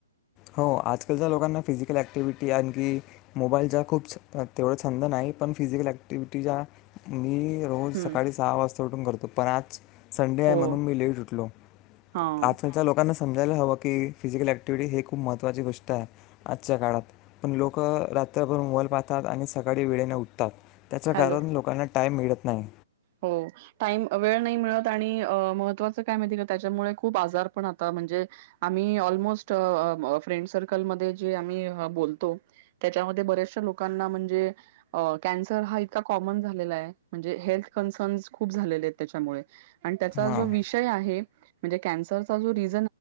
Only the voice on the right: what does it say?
हं,
हो,
हां,
हॅलो
हो टाम म्हण तर हा इतका कॉमन झालेला आहे म्हणजे हेल्थ कन्सर्न खूप झालेले त्याच्यामुळे आणि त्याचा
जो विषय आहे म्हणजे कॅन्सर र्